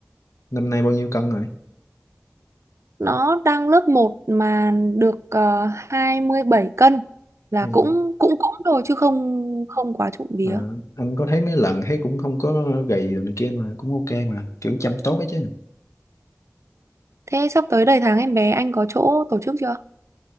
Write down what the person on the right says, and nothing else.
nó đang lớp một mà được uh, 27 cân là
cũng cũng cũng rồi chứ không không quá trộm vía
thế sắp tới đầy tháng em bé anh có chỗ tổ chức chưa